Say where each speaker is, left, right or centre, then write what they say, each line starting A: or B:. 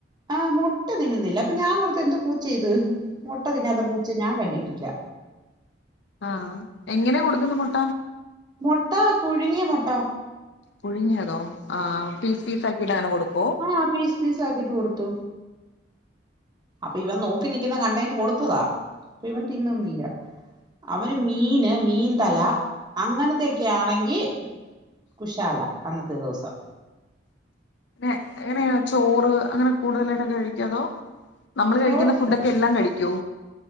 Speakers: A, on the right; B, on the left.
A: ആഹ് മൊട്ട തിന്നുന്നില്ല അപ്പൊ ഞാൻ ഓർത്ത് എന്ത് പൂച്ചേ ഇത് മൊട്ട തിന്നാത്ത പൂച്ച ഞാൻ കണ്ടിട്ടില്ല
B: ആഹ് എങ്ങനാ കൊടുക്കുന്നെ മൊട്ട
A: മൊട്ട പുഴുങ്ങിയ മൊട്ട
B: പുഴുങ്ങിയതോ ആഹ് പീസ് പീസ് ആക്കിട്ടങ്ങനെ കൊടുക്കോ
A: ആ പീസ് പീസ് ആക്കിട്ട് കൊടുത്തു അപ്പൊ ഇവൻ നോക്കി നിക്കുന്ന കണ്ടയിന് കൊടുത്തതാ അപ്പൊ ഇവൻ തിന്നുന്നില്ല അവന് മീന് മീൻ തല അങ്ങനത്തൊക്കെ ആണെങ്കി കുശാല അന്നത്തെ ദെവസം
B: എങ്ങനെയ ചോറ് അങ്ങനെ കൂടുതലായിട്ട് ഒക്കെ കഴിക്കുവോ അതോ നമ്മള്
A: ചോറൊക്കെ
B: കഴിക്കുന്ന ഫുഡൊക്കെ എല്ലാം കഴിക്കോ